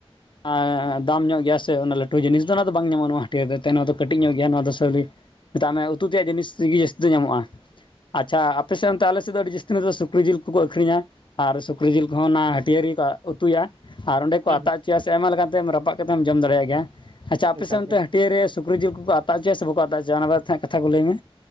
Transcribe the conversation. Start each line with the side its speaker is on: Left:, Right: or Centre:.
Left: ᱟ ᱫᱟᱢ ᱧᱚᱜ ᱜᱮᱭᱟ ᱥᱮ ᱚᱱᱟ ᱞᱟᱹᱴᱩ ᱡᱤᱱᱤᱥ ᱫᱚ ᱚᱱᱟ ᱫᱚ ᱵᱟᱝ ᱧᱟᱢᱚᱜᱼᱟ, ᱱᱚᱣᱟ ᱦᱟᱹᱴᱭᱟᱹ ᱨᱮ ᱱᱚᱣᱟ ᱫᱚ ᱠᱟᱹᱴᱤᱡ ᱧᱚᱜ ᱜᱮᱭᱟ ᱱᱚᱣᱟ ᱫᱚ ᱥᱟᱹᱣᱞᱤ ᱢᱮᱛᱟᱜ ᱢᱮ ᱩᱛᱩ ᱛᱮᱭᱟᱜ ᱡᱤᱱᱤᱥ ᱨᱮᱜᱤ ᱡᱟᱥᱛᱤ ᱫᱚ ᱧᱟᱢᱚᱜᱼᱟ ᱾ ᱟᱪᱪᱷᱟ ᱟᱯᱮ ᱥᱮᱫ ᱚᱱᱛᱮ ᱟᱞᱮ ᱥᱮᱫ ᱫᱚ ᱟᱹᱰᱤ ᱡᱟᱹᱥᱛᱤ ᱱᱚᱛᱮ ᱫᱚ ᱥᱩᱠ ᱥᱩᱠᱨᱤ ᱡᱤᱞ ᱠᱚᱠᱚ ᱟᱹᱠᱷᱨᱤᱧᱟ ᱟᱨ ᱥᱩᱠᱨᱤ ᱡᱤᱞ ᱠᱚᱦᱚᱸ ᱚᱱᱟ ᱦᱟᱹᱴᱭᱟᱹ ᱨᱮᱜᱮ ᱠᱚ ᱩᱛᱩᱭᱟ ᱟᱨ ᱚᱸᱰᱮ ᱠᱚ
Right: ᱦᱮᱸ
Left: ᱟᱛᱟᱜ
Right: ᱦᱩᱸ
Left: ᱪᱚ ᱪᱚᱭᱟ ᱥᱮ ᱟᱭᱢᱟ ᱞᱮᱠᱟᱛᱮᱢ ᱨᱟᱯᱟᱜ ᱠᱟᱛᱮᱢ ᱡᱚᱢ ᱫᱟᱲᱮᱭᱟᱜ ᱜᱮᱭᱟ ᱟᱪᱪᱷᱟ ᱟᱯᱮᱥᱮᱫ
Right: ᱮᱠᱟᱞ
Left: ᱚᱱᱛᱮ
Right: ᱜᱮ
Left: ᱴᱤᱭᱟ. ᱨᱮ ᱥᱩᱠᱨᱤ ᱡᱤᱞ ᱠᱚᱠᱚ ᱟᱛᱟᱜ ᱦᱚᱪᱚᱭᱟ ᱥᱮ ᱵᱟᱠᱚ ᱟᱛᱟ ᱦᱚᱪᱚᱭᱟ ᱚᱱᱟ ᱵᱟᱫ ᱛᱮ ᱦᱮᱸ ᱠᱟᱛᱷᱟ ᱠᱚ ᱞᱟᱹᱭ ᱢᱮ